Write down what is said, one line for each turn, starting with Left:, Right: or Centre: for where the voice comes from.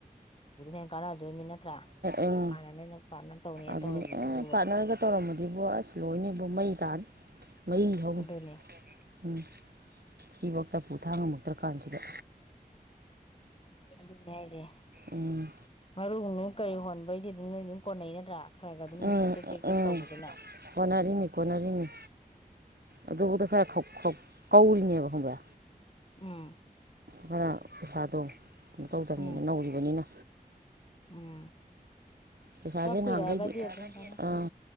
Left: ꯍꯦꯟꯅ ꯀꯥꯟꯅꯗꯣꯏꯃꯤ ꯅꯠꯇ꯭ꯔꯥ
Right: ꯎꯝ
Left: ꯍꯥꯟꯅ ꯅꯣꯏꯅ ꯄꯥꯔꯠꯅꯔ ꯇꯧꯅꯦꯅ
Right: ꯑꯗꯨꯅꯤ
Left: ꯇꯧꯔꯝꯃꯤꯗꯣ
Right: ꯑꯦ
Left: ꯎꯕ
Right: ꯄꯥꯔꯠꯅꯔꯒ ꯇꯧꯔꯝꯃꯗꯤꯕꯣ ꯑꯁ ꯂꯣꯏꯅꯤꯕ ꯃꯩ ꯇꯥꯅꯤ ꯃꯩ ꯍꯧꯏꯤ
Left: ꯑꯗꯨꯅꯦ
Right: ꯎꯝ ꯁꯤꯐꯧꯗ ꯄꯨꯨꯊꯥꯡꯉꯝꯃꯛꯇ꯭ꯔ ꯀꯥꯟꯁꯤꯗ
Left: ꯑꯗꯨꯅꯦ ꯍꯥꯏꯁꯦ
Right: ꯎꯝ
Left: ꯃꯔꯨ ꯀꯔꯤ ꯍꯣꯟꯕꯩꯗꯤ ꯑꯗꯨꯝ ꯅꯣꯏ ꯑꯗꯨꯝ ꯀꯣꯟꯅꯩ ꯅꯠꯇ꯭ꯔꯥ ꯈꯔ ꯈ ꯑꯗꯨꯝ
Right: ꯎꯝ
Left: ꯇꯦꯛ ꯇꯦꯛ
Right: ꯎꯝ
Left: ꯇꯦꯛ ꯇꯧꯕꯗꯅ
Right: ꯀꯣꯟꯅꯔꯤꯃꯤ ꯀꯣꯟꯅꯔꯤꯃꯤ ꯑꯗꯨꯕꯨꯗ ꯈꯔ ꯀꯧꯔꯤꯅꯦꯕ ꯈꯪꯕ꯭ꯔꯥ
Left: ꯎꯝ
Right: ꯈꯔ ꯄꯩꯁꯥꯗꯣ ꯀꯩꯅꯣ ꯇꯧꯗꯕꯅꯤꯅ
Left: ꯎꯝ
Right: ꯅꯧꯔꯤꯕꯅꯤꯅ
Left: ꯎꯝ
Right: ꯄꯩꯁꯥꯁꯦ
Left: ꯀ ꯀꯨꯏꯔꯛꯑꯒꯗꯤ
Right: ꯅꯍꯥꯟꯈꯩꯗꯤ
Left: ꯑꯗꯨꯝ ꯀꯥꯟꯅꯀꯅꯤ
Right: ꯑꯥ